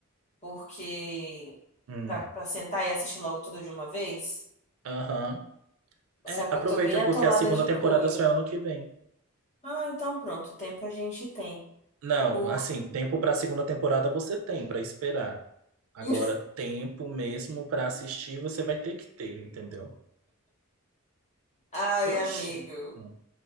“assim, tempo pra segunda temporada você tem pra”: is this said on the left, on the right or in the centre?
Right